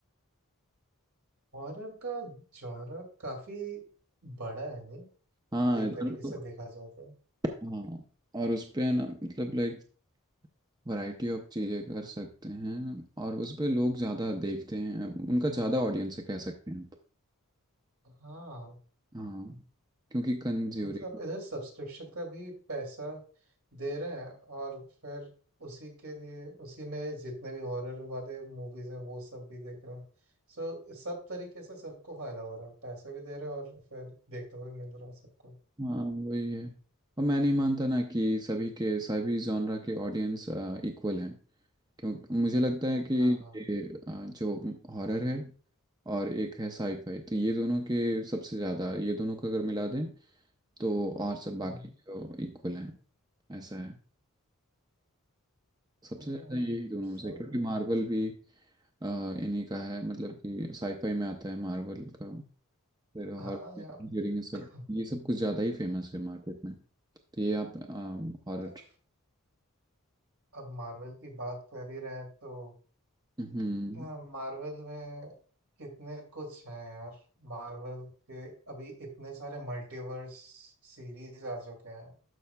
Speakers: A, on the right; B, on the right.
A: हॉरर का जॉनर काफी बड़ा है नहीं
B: हाँ
A: एक
B: इधर
A: तरीके
B: तो
A: से देखा जाए तो
B: हाँ और उस पे है ना मतलब लाइक वैरायटी ऑफ चीज़ें कर सकते हैं और उस पे लोग ज़्यादा देखते हैं उनका ज़्यादा ऑडियंस है कह सकते हैं
A: हाँ
B: हाँ क्योंकि कंज्यूरिंग
A: मतलब इधर सब्सक्रिप्शन का भी पैसा दे रहे हैं और फिर उसी के लिए उसी में जितने भी हॉरर वाले मूवीज हैं वो सब भी देख रहे हैं सो सब तरीके से सबको फायदा हो रहा है पैसे भी दे रहे हैं और फिर देखते हुए मिल रहा है सबको
B: हाँ वही है और मैं नहीं मानता ना कि सभी के सभी जॉनरा के ऑडियंस इक्वल हैं क्यों मुझे लगता है कि
A: हाँ हाँ
B: ये
A: हाँ
B: अ, जो हॉरर है और एक है साईफाई तो ये दोनों के सबसे ज़्यादा ये दोनों को अगर मिला दें तो और सब बाकी
A: हम्म,
B: जो इक्वल हैं ऐसा है सबसे
A: हम्म,
B: ज़्यादा यही दोनों
A: सही
B: में से क्योंकि
A: है
B: मार्वल भी अ, इन्हीं का है मतलब कि साईफाई में आता है मार्वल का फिर हॉरर
A: हाँ यार
B: ड्यूरिंग ये सब
A: <laughs>
B: ये सब कुछ ज़्यादा ही फेमस है मार्केट में तो ये आप हॉरर
A: पर अब मार्वल की बात कर ही रहे हैं तो
B: हम्म
A: हाँ मार्वल में कितने कुछ हैं यार मार्वल के अभी इतने सारे मल्टीवर्स सीरीज आ चुके हैं